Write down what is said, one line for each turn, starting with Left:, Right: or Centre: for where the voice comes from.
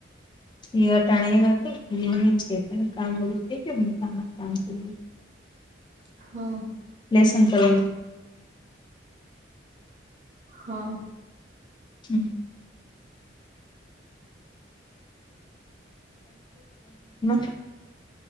Left: એવા ટાણા કામ બધું થઈ ગયું, કામ થઈ ગયું.
Right: <unintelligible> હા
Left: લેસન કરે.
Right: હા.
Left: હમ <unintelligible>